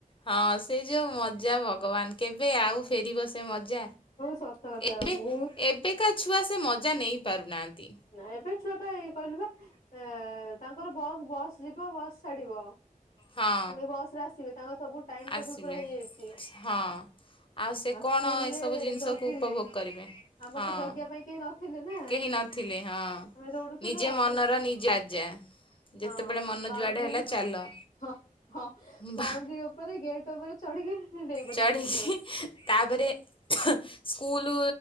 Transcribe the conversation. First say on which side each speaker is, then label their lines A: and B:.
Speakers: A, on the left; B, on the left.
A: ହଁ ସେ ଯୋଉ ମଜା ଭଗବାନ୍। କେବେ ଆଉ ଫେରିବ ସେ ମଜା
B: ସତକଥା
A: ଏବେ
B: ବହୁତ୍
A: ଏବେକା ଛୁଆ ସେ ମଜା ନେଇପାରୁନାହାଁନ୍ତି।
B: ନାଇଁ ଏବେ ଛୁଆ ପାଇଁ କହିଲି ବା ଏ ତାଙ୍କର ବସ୍ ବସ୍ ଯିବ ବସ୍ ଛାଡିବ।
A: ହଁ
B: ପୁଣି ବସ୍ ରେ ଆସିବେ ତାଙ୍କର ସବୁ ଟାଇମ ଟେବୁଲ
A: ଆସିବେ
B: ପୁରା ହେଇଯାଇଚି।
A: ହଁ ସେ
B: ଆଉ
A: କଣ
B: ସ୍କୁଲ୍ ରେ
A: ଏସବୁ ଜିନିଷକୁ
B: ଜଗିଲେ
A: ଉପଭୋଗ କରିବେ
B: ଆମର
A: ହଁ
B: ତ ଜଗିବା ପାଇଁ କେହି ନଥିଲେ ନା।
A: କେହି ନଥିଲେ ହଁ।
B: ଆମେ ଦୌଡୁଥିଲୁ
A: ନିଜେ
B: ଆଉ
A: ମନର ନିଜେ ଆଜା
B: ହଁ
A: ଯେତେବେଳେ ମନ
B: ବାଉଣ୍ଡ୍ରି
A: ଯୁଆଡେ ହେଲା ଚାଲ।
B: ହଁ ହଁ
A: ବା
B: ବାଉଣ୍ଡ୍ରି ଉପରେ ଗେଟ୍ ଉପରେ ଚଢିକି ଡେଇଁପଡିବୁ
A: ଚଢ଼ିକି
B: ସାଙ୍ଗେ ସାଙ୍ଗେ
A: ତାପରେ ସ୍କୁଲୁ